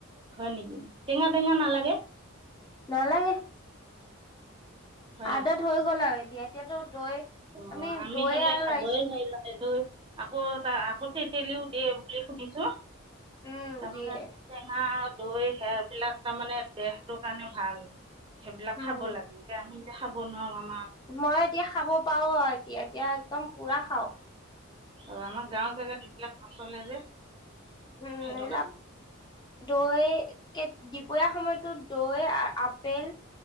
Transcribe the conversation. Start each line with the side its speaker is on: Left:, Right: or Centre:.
Right: হয় নেকি? টেঙা - টেঙা নালাগে?
Left: নালাগে।
Right: হয়
Left: আদত
Right: নেকি
Left: হৈ গ'ল আৰু এ তিয়া - এতিয়াতো দৈ
Right: অ' আমি
Left: দৈ
Right: হলে
Left: আৰু
Right: খাবই
Left: ৰাইচ
Right: নোৱাৰিলোঁ সেইটো আকৌ তা- আকৌ তেতেলীও দিয়ে বুলি শুনিছোঁ?
Left: উম
Right: তাৰমানে
Left: দিয়ে
Right: হৈছে আমাৰ দৈ সেয়াবিলাক তাৰমানে দেহটোৰ কাৰণে ভাল। সেইবিলাক
Left: উম
Right: খাব লাগে । এতিয়া আমি খাব নোৱাৰোঁ আম
Left: মই এতিয়া খাব পাওঁ আৰু এতিয়া - এতিয়া একদম পুৰা খাওঁ।
Right: আৰু আমাৰ গাঁও জেগাত এইবিলাক নচলে যে।
Left: উম, এইবিলাক
Right: সেইটো কাৰণে
Left: দৈ কে- দিপৰীয়া সময়তো দৈ, আপেল